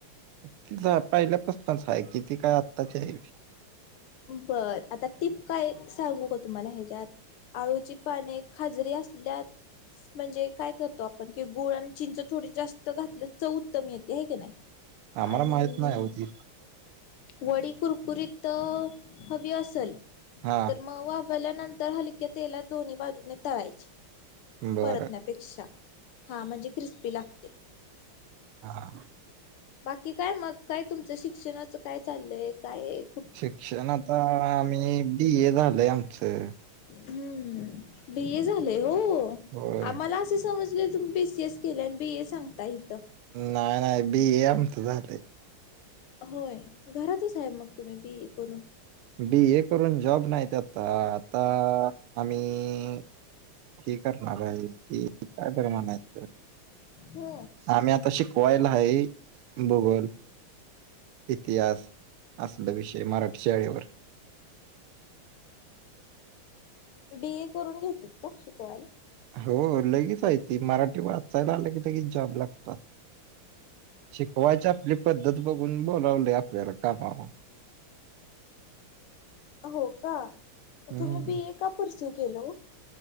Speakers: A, on the right; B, on the left.
A: ति पहिल्यापस्तानचं आहे कि ती कायं आत्ताची आहे
B: बरं आंता टिप कायं सांगू कां तुम्हांला ह्यांच्यात आळूंची पानें खाजरी असल्यां म्हणजे कायं करतो आपणं की गुंळ आणि चिंच थोडी जास्तं घातली चवं उत्तम येते आहे की नाहीं
A: आम्हाला
B: आणि
A: माहित नाही हो ती
B: वडी कुरकुरीत हवी असेल
A: हा
B: तरं मंग वांफ ल्यां नंतर हलक्यां तेलांत दोन्ही बाजूंने तळांयची
A: बरं
B: परंत नं पेक्षा हां म्हणजे क्रिस्पी लागते्
A: हां
B: बाकी कायं मंग कायं तुमचं शिक्षणाचं कायं चाललंय कायं कुं
A: शिक्षणं आंता आम्हीं बी ए झालंय आमचं
B: हम्मं बी ए झालेय हो
A: होय
B: आम्हांला असे समजले तुम्हीं बी सी तेच केल्या आणि बी ए हे सांता इथं.
A: नाही नाही. बी ए आमचं झालंय.
B: होय. घरातच साहेब मग तुम्ही बी करून?
A: बी ए करून जॉब नाहीत आता. आता आम्ही हे करणार आहे ते काय बरं म्हणायचं?
B: हो.
A: आम्ही आता शिकवायला आहे. भूगोल, इतिहास असलं विषय मराठी शाळेवर.
B: बी ए करून घेतेत का शिकवाय?
A: हो. लगेच आहे त मराठी वाचायला आले की लगेच जॉब लागतात. शिकवायची आपली पद्धत बघून बोलावले आपल्याला कामावर.
B: हो का.
A: हम्म
B: तुम्ही बी ए का परसू केलो.